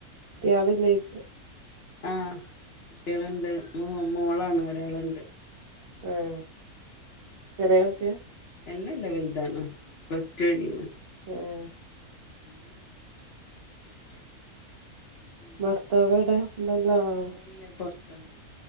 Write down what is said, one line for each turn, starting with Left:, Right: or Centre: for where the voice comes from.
Right: കുട്ട്യാളില്ലേയ്ച്ച
Left: വേറെന്താ? അഹ് കുട്ടിയളുണ്ട് മോ മോളാണ് ഒരാള്ണ്ട്
Right: ആഹ് ചെറിയ കുട്ടിയ?
Left: എല്ലല്ലാ വാൽതാണ് പ്ലസ് ടു കയിഞ്ഞ്ക്ക്ണ്
Right: ഏഹേ
Left: എഹ്
Right: ഭർത്താവ് എവ്ടെ? ഇവടെള്ള ആളാണോ?
Left: ഇല്ല പൊറത്ത